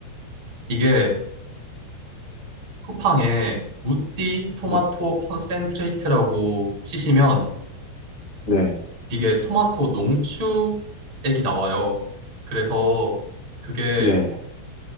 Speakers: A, on the right; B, on the left.
A: 이게 쿠팡에 무띠 토마토
B: 네,
A: 컨센트레이트라고 치시면
B: 네,
A: 이게 토마토 농축액이 나와요. 그래서 그게
B: 네,